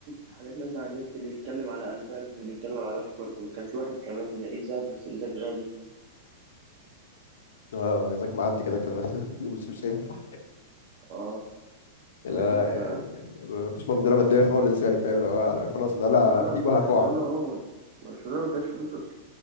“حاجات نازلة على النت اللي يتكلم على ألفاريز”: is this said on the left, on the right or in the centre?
Right